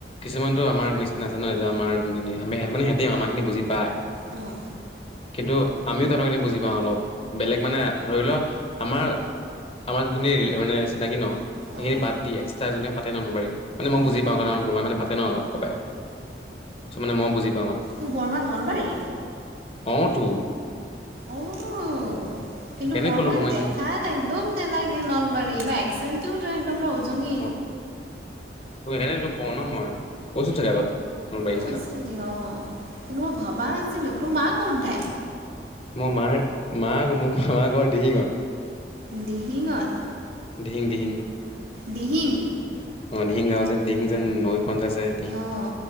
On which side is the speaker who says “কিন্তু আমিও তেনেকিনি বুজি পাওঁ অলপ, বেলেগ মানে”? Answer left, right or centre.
Left